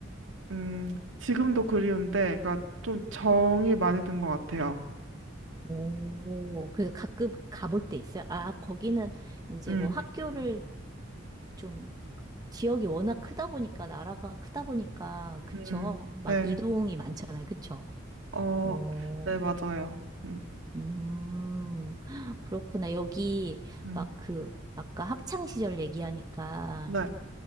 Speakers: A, on the right; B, on the right.
A: 음 지금도 그리운데 그러니까 좀 정이 많이 든 것 같아요.
B: 오, 그 가끔 가볼 때 있어요. 아, 거기는 이제
A: 음.
B: 뭐 학교를
A: 음.
B: 좀 지역이 워낙 크다 보니까, 나라가 크다 보니까, 그쵸?
A: 음.
B: 막
A: 네.
B: 이동이 많잖아요. 그쵸?
A: 어.
B: 어,
A: 네, 맞아요. 음.
B: 음, <gasps> 그렇구나. 여기
A: 음.
B: 막 그, 아까 학창 시절 얘기하니까,
A: 네.